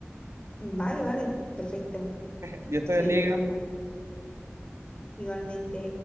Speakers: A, on the left; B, on the right.
A: vale, vale, perfecto.
B: Dios
A: Seguimos
B: te bendiga.
A: hablando. Igualmente.